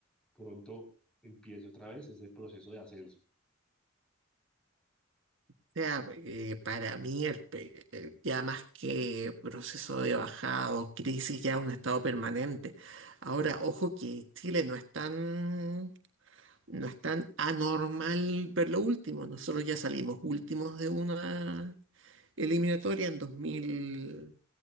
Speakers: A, in the centre; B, on the right.
A: pronto empiece otra vez ese proceso de ascenso.
B: O sea, eh, para mí el pe- eh, ya más que proceso de bajada o crisis, ya un estado permanente. Ahora, ojo que Chile no es tan, no es tan anormal ver lo último. Nosotros ya salimos últimos de una eliminatoria en dos mil